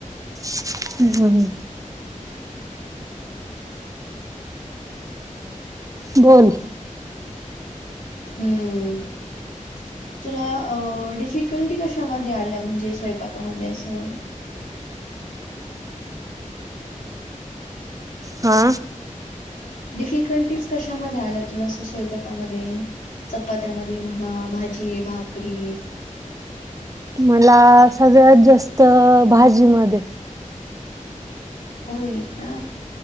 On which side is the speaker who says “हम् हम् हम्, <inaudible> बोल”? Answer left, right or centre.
Right